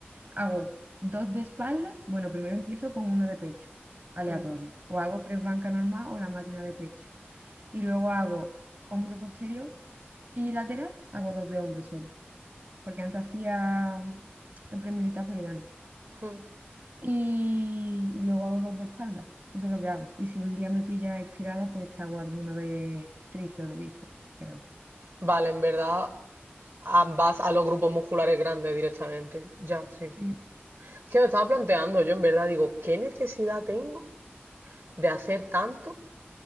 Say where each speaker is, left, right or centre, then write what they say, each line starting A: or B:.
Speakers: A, on the right (about 50°); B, on the right (about 75°).
A: Hago dos de espalda. Bueno, primero empiezo con uno de pecho, aleatorio.
B: Mm.
A: O hago press banca normal o la máquina de pecho. Y luego hago hombro posterior y lateral. Hago dos de hombro solo. Porque antes hacía el pre militar, pero ya no.
B: Mm.
A: Y, y luego hago dos de espalda. Eso es lo que hago. Y si un día me pilla inspirada, pues te hago alguno de tríceps o de bíceps. Pero
B: Vale, en verdad ah, vas a los grupos musculares grandes directamente. Ya, sí. Es
A: sí,
B: que me estaba planteando, yo en verdad digo, ¿qué necesidad tengo de hacer tanto